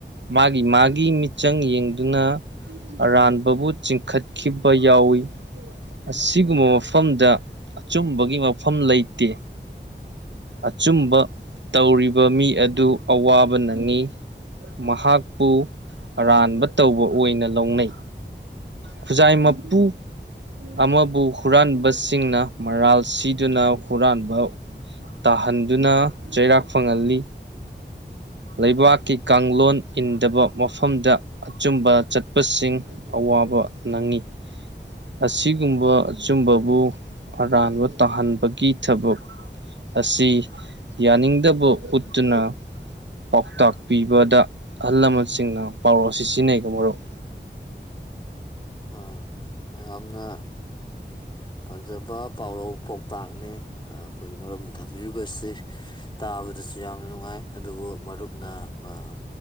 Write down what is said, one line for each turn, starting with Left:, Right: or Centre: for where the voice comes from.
Right: ꯃꯥꯒꯤ-ꯃꯥꯒꯤ ꯃꯤꯠꯆꯪ ꯌꯦꯡꯗꯨꯅ ꯑꯔꯥꯟꯕꯕꯨ ꯆꯤꯡꯈꯠꯈꯤꯕ ꯌꯥꯎꯏ ꯑꯁꯤꯒꯨꯝꯕ ꯃꯐꯝꯗ ꯑꯆꯨꯝꯕꯒꯤ ꯃꯐꯝ ꯂꯩꯇꯦ ꯑꯆꯨꯝꯕ ꯇꯧꯔꯤꯕ ꯃꯤ ꯑꯗꯨ ꯑꯋꯥꯕ ꯅꯪꯉꯤ ꯃꯍꯥꯛꯄꯨ ꯑꯔꯥꯟꯕ ꯇꯧꯕ ꯑꯣꯏꯅ ꯂꯧꯅꯩ ꯈꯨꯖꯥꯏ ꯃꯄꯨ ꯑꯃꯕꯨ ꯍꯨꯔꯥꯟꯕꯁꯤꯡꯅ ꯃꯔꯥꯜ ꯁꯤꯗꯨꯅ ꯍꯨꯔꯥꯟꯕ ꯇꯥꯍꯟꯗꯨꯅ ꯆꯩꯔꯥꯛ ꯐꯪꯍꯜꯂꯤ ꯂꯩꯕꯥꯛꯀꯤ ꯀꯥꯡꯂꯣꯟ ꯏꯟꯗꯕ ꯃꯐꯝꯗ ꯑꯆꯨꯝꯕ ꯆꯠꯄꯁꯤꯡ ꯑꯋꯥꯕ ꯅꯪꯉꯤ ꯑꯁꯤꯒꯨꯝꯕ ꯑꯆꯨꯝꯕꯕꯨ ꯑꯔꯥꯟꯕ ꯇꯥꯍꯟꯕꯒꯤ ꯊꯕꯛ ꯑꯁꯤ ꯌꯥꯅꯤꯡꯗꯕ ꯎꯠꯇꯨꯅ ꯄꯥꯎꯇꯥꯛ ꯄꯤꯕꯗ ꯑꯍꯜ ꯂꯃꯟꯁꯤꯡꯅ ꯄꯥꯎꯔꯧ ꯑꯁꯤ ꯁꯤꯖꯤꯟꯅꯩꯀꯣ ꯃꯔꯨꯞ
Left: ꯑꯥ ꯌꯥꯝꯅ ꯐꯖꯕ ꯄꯥꯎꯔꯧ ꯄꯥꯎꯇꯥꯛꯅꯤ ꯑ ꯑꯩꯈꯣꯏꯒꯤ ꯃꯔꯨꯞꯅ ꯊꯝꯕꯤꯔꯤꯕꯁꯤ ꯇꯥꯕꯗꯁꯨ ꯌꯥꯝꯅ ꯅꯨꯡꯉꯥꯏ ꯑꯗꯨꯕꯨ ꯃꯔꯨꯞꯅ ꯑ